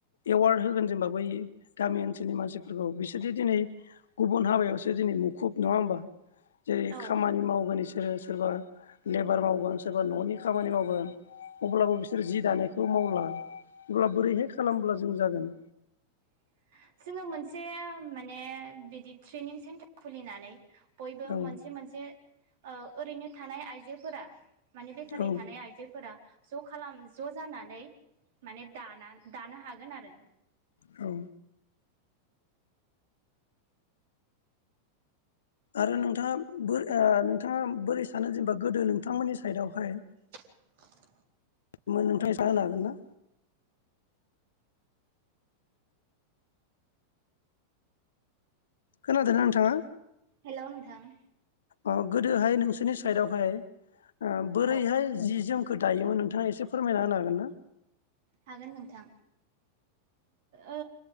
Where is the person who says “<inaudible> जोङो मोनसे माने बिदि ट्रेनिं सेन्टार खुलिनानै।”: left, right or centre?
Right